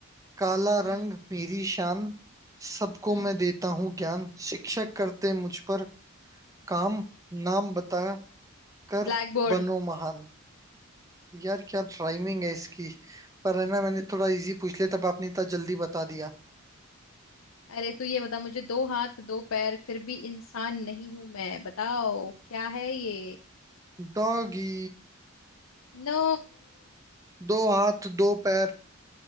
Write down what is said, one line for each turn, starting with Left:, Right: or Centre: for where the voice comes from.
Right: काला
Left: हम्म
Right: रंग मेरी शान सबको
Left: हम्म
Right: मैं देता हूँ ज्ञान शिक्षक करते मुझ पर काम नाम बता कर
Left: Blackboard
Right: बनो महान यार क्या राइमिंग है इसकी पर है ना मैंने थोड़ा इजी पूछ लिया तब आपने इतना जल्दी बता दिया
Left: अरे तू ये बता मुझे दो हाथ दो पैर फिर भी इंसान नहीं हूं मैं बताओ क्या है ये
Right: डॉगी
Left: नो
Right: दो हाथ दो पैर